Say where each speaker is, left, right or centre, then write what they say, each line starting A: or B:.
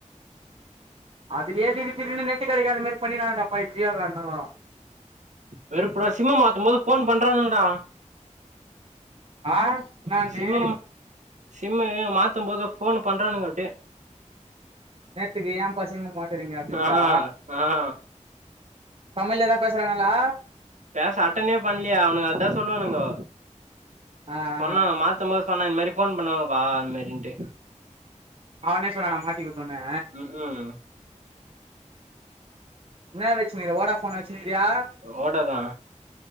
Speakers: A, on the right; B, on the right.
A: அதுலயே திடீர் திடீருனு நெட்டு கடைக்காத மாரி பண்ணிறாங்க பை ஜியோ காரனுங்கோ
B: வேற இப்ப நா சிம்மு மாத்தும்போது ஃபோன் பண்றானுங்கடா
A: ஆ என்னானு
B: சிம்மம் சிம்மு மாத்தும்போது ஃபோன் பண்றானுங்க அப்டியே
A: நேத்துக்கு ஏம்பா சிம்மு மாத்துறீங்க அப்டின்டா
B: ஆ ஆ
A: தமிழ்லதா பேசறாங்கலா
B: பேச அட்டனே பண்லயா அவுனுங்க அதா சொல்லுவானுங்கோ
A: ஆ ஆ
B: சொன்னா மாத்த மோ சொன்னா இந்த மாரி ஃபோன் பண்ணுவாங்க பா அந்த மாரின்ட்டு
A: அவனே சொன்னானா மாத்தி குடுத்தோனே
B: ம் ம்
A: என்ன வெச்சுனுருக்க ஓடா ஃபோனா வெச்சுனுருக்கியா
B: ஓடோதா